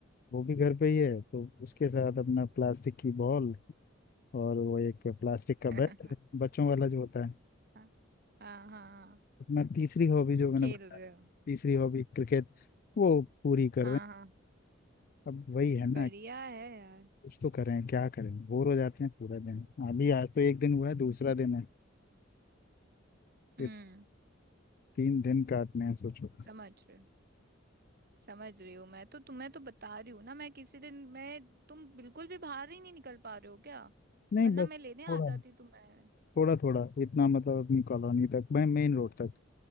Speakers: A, on the left; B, on the right.
A: वो भी घर पे ही है तो उसके साथ अपना प्लास्टिक की बॉल और वो एक प्लास्टिक का
B: <laughs>
A: बैट है, बच्चों वाला जो होता है
B: हाँ हाँ हाँ
A: अपना तीसरी हॉबी जो मैंने
B: खेल
A: बताया
B: रहे हो
A: तीसरी हॉबी क्रिकेट वो पूरी कर
B: हाँ
A: रहे हैं
B: हाँ
A: अब वही है
B: बढ़िया
A: ना
B: है यार
A: कुछ तो करें क्या करें बोर हो जाते हैं पूरा दिन अभी आज तो एक दिन हुआ है दूसरा दिन है
B: हम्म
A: ये तीन दिन काटने हैं सोचो
B: समझ रहे हो समझ रही हूँ मैं तो तुम्हें तो बता रही हूँ ना मैं किसी दिन मैं तुम बिल्कुल भी बाहर ही नहीं निकल पा रहे हो क्या
A: नहीं
B: वरना
A: बस
B: मैं
A: थोड़ा
B: लेने आ जाती तुम्हें
A: थोड़ा थोड़ा इतना मतलब अपनी कॉलोनी तक मैं मेन रोड तक